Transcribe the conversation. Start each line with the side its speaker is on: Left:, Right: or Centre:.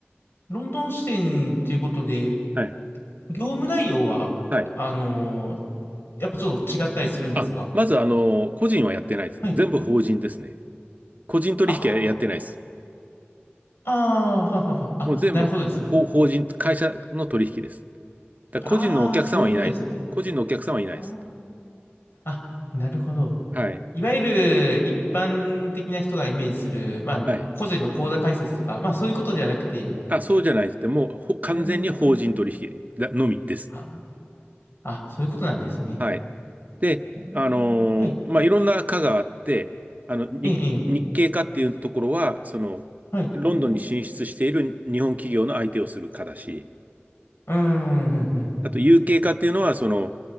Left: ロンドン支店っていうことで、
Right: はい。
Left: 業務内容は、
Right: はい。
Left: あのーやっぱちょっと違ったりするんですか
Right: あ、まず、あの、個人はやってないです。
Left: はい。
Right: 全部法人ですね。個人取引はやってないです。
Left: あ、ああ、ははは。あ、
Right: もう全部ほほ法人、
Left: なるほどですね。
Right: 会社の取引です。だから個人のお客さんはいない。
Left: ああ、そういうことですね。
Right: 個人のお客さんはいないです。
Left: あーあ、なるほど。
Right: はい。
Left: いわゆる一般的な人がイメージする、まあ、
Right: はい。
Left: 個人の口座開設とか、まあそういうことではなくて、
Right: あ、そうじゃないです。でもうほ完全に法人取引だのみです。
Left: うーん。あ、あ、そういうことなんですね。
Right: はい。で、
Left: うーんはい。
Right: あのーまあ、いろんな課があって、あの、日、
Left: ええ、ええ
Right: 日系課っていうところは、その、
Left: はい。
Right: ロンドンに進出している日本企業の相手をする課だし、
Left: うーん、ふんふん。
Right: あと、u 形課っていうのは、その、